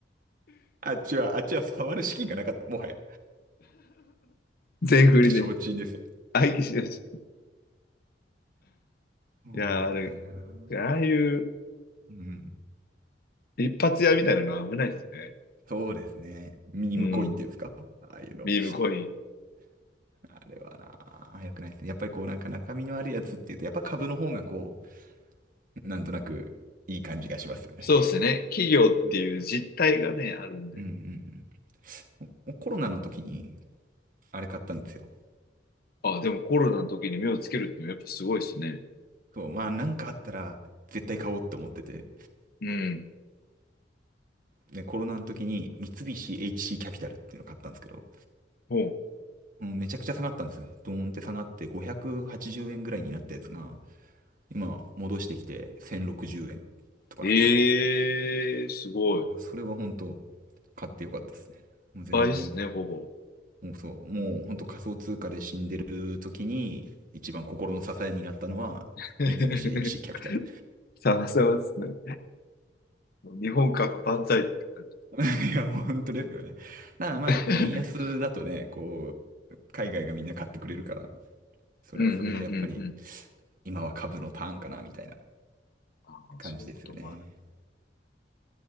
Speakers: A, on the right; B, on the left.
A: あっちは、あっちは触る資金がなかった、もはや。
B: 全振りで。
A: 意気消沈ですよ。
B: 相手しだし。
A: そうだな。
B: いやー、あれ、ああいう、
A: うん。
B: 一発屋みたいなのは危ないですね。
A: そうですね。ミームコインっていうんですかああいうの。
B: うん。ビームコイン。
A: あれはなあ、良くないですね。やっぱりこうなんか中身のあるやつっていうと、やっぱ株の方がこう、なんとなくいい感じがしますよね。
B: そうですね。企業っていう実態がね、
A: うん。
B: あるんで。
A: うんうんうん。ほコロナの時に、あれ買ったんですよ。
B: あ、でもコロナの時に目をつけるっていうのはやっぱすごいですね。
A: そう、まあなんかあったら絶対買おうって思ってて。
B: うん。
A: で、コロナの時に三菱 HC キャピタルっていうのを買ったんですけど、
B: ほう。
A: うん、めちゃくちゃ下がったんですよ。ドーンって下がって580円ぐらいになったやつが、今戻してきて1060円とかなんですけど、
B: ええすごい。
A: それは本当買ってよかったですね。もう全然、
B: 倍ですね、ほぼ。
A: もうそう、もう本当仮想通貨で死んでる時に一番心の支えになったのは三菱
B: <laughs>
A: HC キャピタル。
B: さまさまですね。日本株万歳って感じ。
A: <laughs> いや、本当ですよね。だからまあ、
B: <laughs>
A: 円安だとね、こう、海外がみんな買ってくれるから、それはそれでやっぱり
B: うんうんうんうん。
A: 今は株のターンかなみたいな
B: ああ、
A: 感じですよね。
B: そういうこともあるんだ。